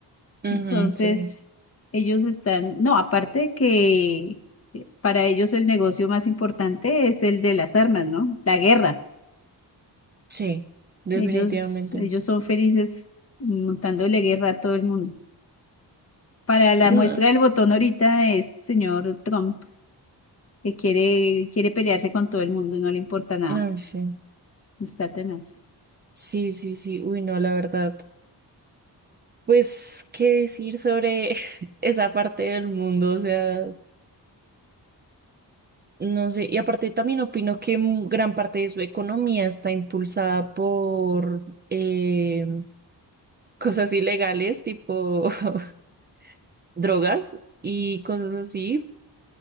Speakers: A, on the right (about 25°); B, on the left (about 35°).
A: ujú,
B: Entonces,
A: sí,
B: ellos están, no, aparte que eh, para ellos el negocio más importante es el de las armas, ¿no? La guerra.
A: sí, definitivamente.
B: Ellos, ellos son felices montándole guerra a todo el mundo. Para la
A: No,
B: muestra del botón ahorita de este señor Trump, que quiere, quiere pelearse con todo el mundo y no le importa nada.
A: no sé.
B: Está tenaz.
A: Sí, sí, sí. Uy, no, la verdad. Pues, ¿qué decir sobre <laughs> esa parte del mundo? O sea, no sé. Y aparte también opino que mu- gran parte de su economía está impulsada por eh, cosas ilegales, tipo <laughs> drogas y cosas así.